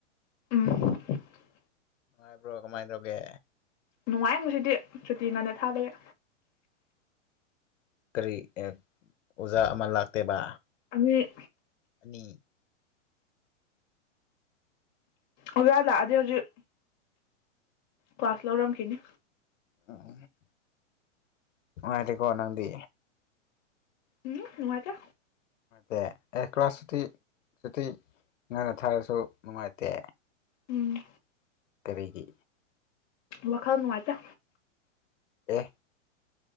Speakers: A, on the left (about 25°); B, on the left (about 75°).
A: ꯎꯝ
B: ꯅꯨꯡꯉꯥꯏꯕ꯭ꯔꯣ ꯀꯃꯥꯏꯅ ꯇꯧꯒꯦ
A: ꯅꯨꯡꯉꯥꯏꯉꯨꯁꯤꯗꯤ ꯁꯨꯇꯤ ꯉꯟꯅ ꯊꯥꯕꯒꯤꯦ
B: ꯀꯔꯤ ꯑꯣꯖꯥ ꯑꯃ ꯂꯥꯛꯇꯦꯕ
A: ꯑ
B: ꯅꯤ
A: ꯑꯣꯖꯥ ꯂꯥꯛꯑꯗꯤ ꯍꯧꯖꯤꯛ ꯀ꯭ꯂꯥꯁ ꯂꯥꯎꯔꯝ ꯈꯤꯅꯤ
B: ꯎꯝ ꯅꯨꯉꯥꯏꯗꯤ ꯀꯣ ꯅꯪꯗꯤ
A: ꯎꯝ ꯅꯨꯉꯥꯏꯇꯦ
B: ꯗꯦ ꯑꯦ ꯀ꯭ꯂꯥꯁꯇꯤ ꯍꯧꯖꯤꯛꯇꯤ ꯉꯥꯅ ꯊꯥꯔꯁꯨ ꯅꯨꯡꯉꯥꯏꯇꯦ
A: ꯎꯝ
B: ꯀꯔꯤꯒꯤ
A: ꯋꯥꯈꯜ ꯅꯨꯡꯉꯥꯏꯇ
B: ꯑꯦ